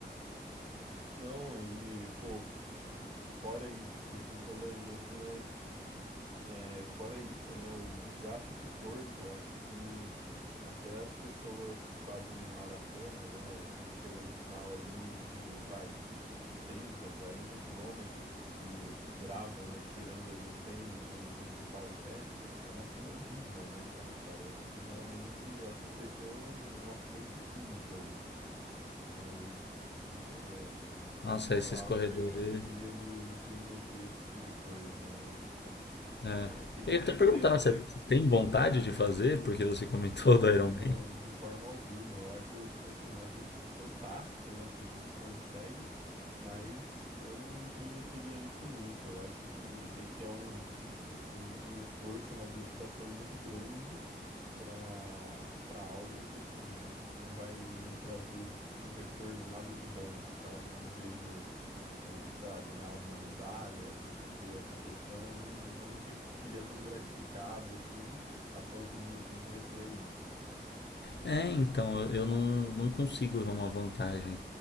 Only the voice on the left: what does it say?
Nossa,
esses
corredores.
É.
Eu
ia até perguntar,
você tem vontade de fazer? Porque você comentou
do Iron
Man.
É, então, eu eu não, não consigo ver uma vantagem.